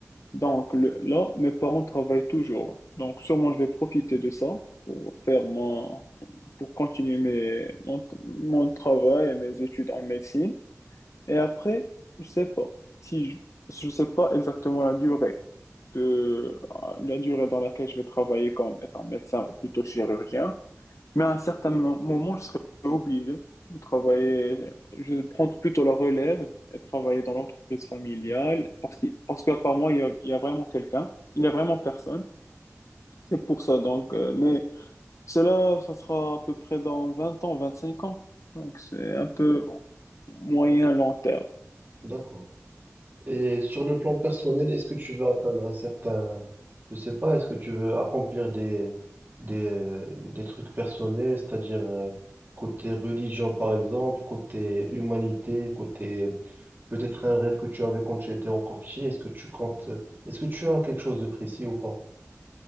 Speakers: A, on the left; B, on the right.
A: Donc le- là, mes parents travaillent toujours. Donc sûrement, je vais profiter de ça pour faire mon, pour continuer mes, mon, mon travail et mes études en médecine. Et après, je sais pas si je, je sais pas exactement la durée de euh, la durée dans laquelle je vais travailler comme étant médecin ou plutôt chirurgien, mais à un certain mo- moment, je serai obligé de travailler, je vais prendre plutôt la relève et travailler dans l'entreprise familiale parce que parce qu'à part moi, il y a, il y a vraiment quelqu'un, il y a vraiment personne. C'est pour ça donc euh, mais cela ça sera à peu près dans 20 ans, 25 ans. Donc c'est un peu moyen long terme.
B: D'accord. Et sur le plan personnel, est-ce que tu veux atteindre un certain, je sais pas, est-ce que tu veux accomplir des, des, des trucs personnels, c'est-à-dire euh, côté religion par exemple, côté humanité, côté peut-être un rêve que tu avais quand tu étais encore petit, est-ce que tu comptes, est-ce que tu as quelque chose de précis ou pas?